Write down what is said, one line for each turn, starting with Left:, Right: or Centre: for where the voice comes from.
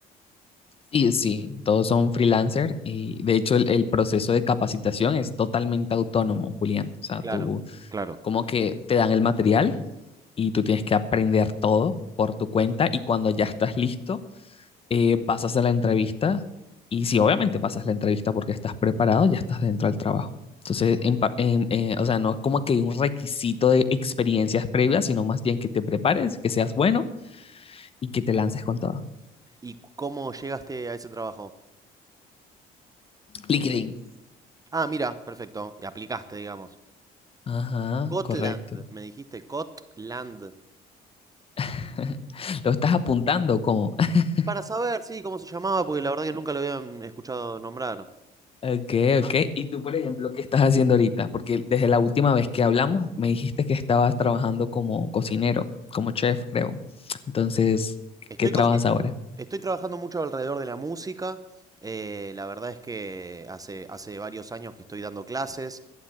Left: Sí, sí, todos son freelancer y de hecho el, el proceso de capacitación es totalmente autónomo, Julián. O sea,
Right: Claro,
Left: tú
Right: claro.
Left: como que te dan el material y tú tienes que aprender todo por tu cuenta y cuando ya estás listo, eh, pasas a la entrevista y si obviamente pasas la entrevista porque estás preparado, ya estás dentro del trabajo. Entonces, en pa-
Right: perfecto.
Left: en- eh, o sea, no es como que hay un requisito de experiencias previas, sino más bien que te prepares, que seas bueno y que te lances con todo.
Right: ¿Y cómo llegaste a ese trabajo?
Left: LinkedIn.
Right: Ah, mira, perfecto. Y aplicaste, digamos.
Left: Ajá,
Right: Cotland,
Left: correcto.
Right: me dijiste, Cotland.
Left: <laughs> ¿Lo estás apuntando como? <laughs>
Right: Para saber, sí, cómo se llamaba, porque la verdad que nunca lo habían escuchado nombrar.
Left: Ok, ok. ¿Y tú, por ejemplo, qué estás haciendo ahorita? Porque desde la última vez que hablamos me dijiste que estabas trabajando como cocinero, como chef, creo. Entonces,
Right: Estoy,
Left: ¿qué trabajas
Right: consi-
Left: ahora?
Right: estoy trabajando mucho alrededor de la música. eh, la verdad es que hace, hace varios años que estoy dando clases,